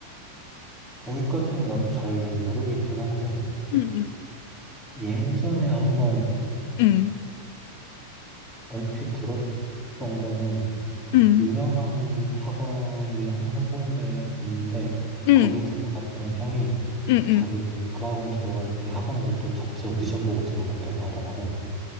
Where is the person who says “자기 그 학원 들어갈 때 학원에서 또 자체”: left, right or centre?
Centre